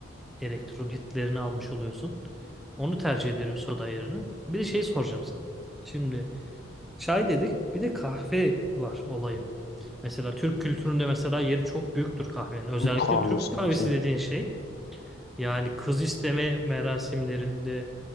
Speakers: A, in the centre; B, on the left.
A: elektrolitlerini almış oluyorsun. Onu tercih ediyorum soda yerine. Bir de şey soracağım sana. Şimdi Çay dedik. Bir de kahve var olayın. Mesela Türk kültüründe mesela yeri çok büyüktür kahvenin. Özellikle
B: Türk kahvesi
A: Türk kahvesi
B: mesela.
A: dediğin şey yani kız isteme merasimlerinde